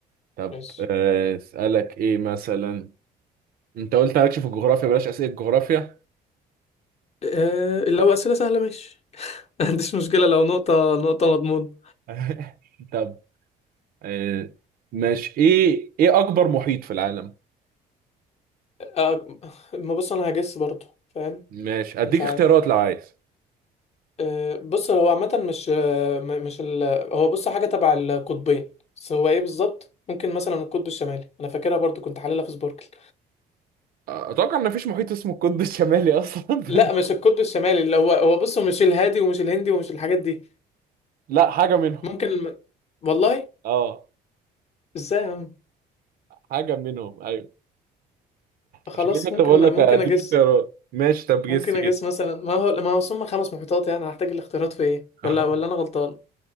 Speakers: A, on the right (about 60°); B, on the left (about 40°).
A: طب
B: ماشي
A: آه، اسالك ايه مثلا انت قلت مالكش في الجغرافيا بلاش اسئله جغرافيا
B: آه، لو أسئلة سهلة ماشي <laughs> ما عنديش مشكلة لو نقطة نقطة مضمون
A: <laughs> طب آه، ماشي ايه ايه اكبر محيط في العالم
B: آه، ما بص أنا هجس برضو فاهم
A: ماشي اديك
B: مش عارف
A: اختيارات لو عايز
B: آه، بص هو عامة مش آه، م- مش ال... هو بص حاجة تبع القطبين بس هو ايه بالظبط ممكن مثلا القطب الشمالي انا فاكرها برضو كنت حللها في سبوركل
A: اتوقع ان مفيش محيط اسمه القطب الشمالي اصلا <laughs>
B: لا
A: فانت
B: مش القطب الشمالي اللي هو هو بص مش الهادي ومش الهندي ومش الحاجات دي
A: لا حاجة منهم
B: ممكن الم... والله
A: اه
B: ازاي يا عم
A: حاجة منهم ايوه
B: خلاص
A: عشان كده كنت
B: ممكن
A: بقول لك
B: ممكن
A: اديك
B: اجس
A: اختيارات ماشي طب
B: ممكن
A: جس كده
B: اجس مثلا ما هو ما هو هم خمس محيطات يعني هحتاج الاختيارات في ايه
A: <laughs>
B: ولا ولا انا غلطان